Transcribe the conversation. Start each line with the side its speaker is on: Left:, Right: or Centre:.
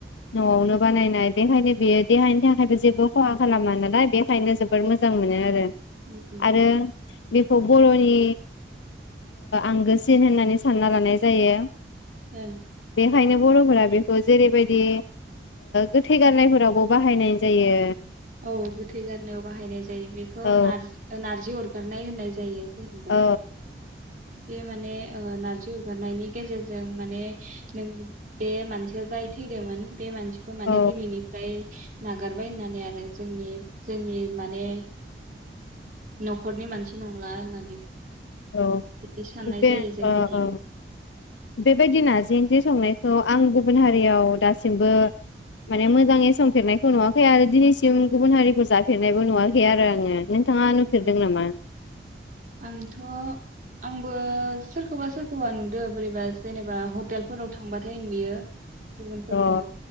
Left: नआवनो बानायनाय बेखायनो बियो देहानि थाखायबो जेबो खहा खालामा नालाय बेखायनो जोबोद मोजां मोनो आरो
Right: उम उम
Left: आरो
Right: उम
Left: बेखौ बरनि आंगोसिन होननानै सानना लानाय जायो
Right: <inaudible>
Left: बेखायनो बरफोरा बेखौ जेरैबायदि गोथै गारनायफोरावबो बाहायनाय जायो
Right: औ गोथै गारनायाव बाहायनाय जायो बेखौ
Left: औ
Right: नारजि अर <inaudible> जेनबा
Left: औ
Right: बे माने नारजि अगारनायनि गेजेरजों माने नों बे मानसिया जाय थैदोंमोन बे मानसिखौ माने
Left: औ
Right: दिनैनिफ्राय नागारबाय होननानै आरो जोंनि जोंनि माने नखरनि मानसि नंला होननानै
Left: औ
Right: बिदि साननाय
Left: बे
Right: जायो जोंनिथिं
Left: औ बेबायदि नारजि ओंख्रि संनायखौ आं गुबुन हारियाव दासिमबो माने मोजाङै संफेरनायखौ नुवाखै आरो दिनैसिम गुबुन हारिखौ जाफेरनायबो नुवाखै आरो आङो नोंथाङा नुफेरदों
Right: औ
Left: नामा
Right: आंथ आंबो सोरखौबा सोरखौबा नुदों बोरैबा जेनेबा हटेलफोराव थांबाथाय नुयो गुबुनफोरखौ
Left: अ